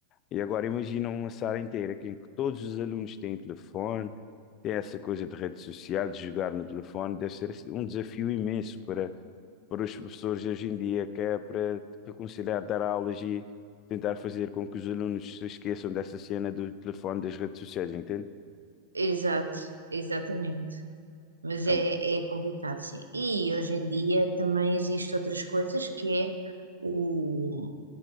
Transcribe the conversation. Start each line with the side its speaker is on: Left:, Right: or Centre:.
Left: e agora imagina uma sala inteira que- em que todos os alunos têm telefone, tem essa coisa de rede social, de jogar no telefone, deve ser assim, um desafio imenso para para os professores hoje em dia, que é para reconciliar dar aulas e tentar fazer com que os alunos se esqueçam dessa cena do telefone, das redes sociais, entende?
Right: Exato, exatamente. Mas
Left: É,
Right: é,
Left: um-
Right: é complicado, sim. E hoje em dia também existem outras coisas que é o,